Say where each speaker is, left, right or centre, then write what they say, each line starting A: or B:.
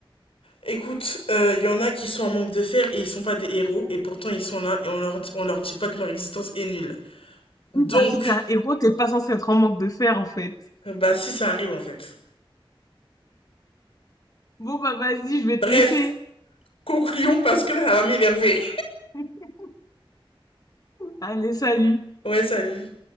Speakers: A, on the left (about 85°); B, on the left (about 40°).
A: Écoute, il euh, y en a qui sont en manque de fer et ils sont pas des héros, et pourtant ils sont là, et on leur, on leur dit pas que leur existence est nulle. Donc,
B: Oui, bah si t'es un héros, t'es pas censé être en manque de fer en fait.
A: euh, bah si ça arrive en fait.
B: Bon bah vas-y, je vais
A: Bref,
B: te laisser.
A: concluons, parce que là, ça va m'énerver.
B: <laughs> Allez, salut.
A: <laughs> ouais, salut.